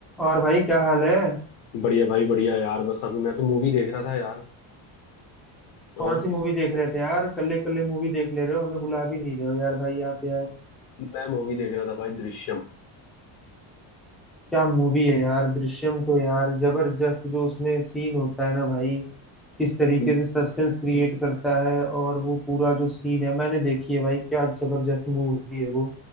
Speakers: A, in the centre; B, on the left.
A: और भाई क्या हाल है
B: बढ़िया भाई बढ़िया यार बस अभी मैं तो मूवी देख रहा था यार
A: कौन
B: और
A: सी मूवी देख रहे थे यार कल्ले कल्ले मूवी देख ले रहे हो हमें बुला भी नहीं रहे हो यार भाई आप यार
B: मैं मूवी देख रहा था भाई दृश्यम
A: क्या मूवी है यार दृश्यम तो यार जबरदस्त जो उसमें सीन होता है ना भाई किस तरीके
B: म-
A: से सस्पेंस क्रिएट करता है और वो पूरा जो सीन है मैंने देखी है भाई क्या जबरदस्त मूवी है वो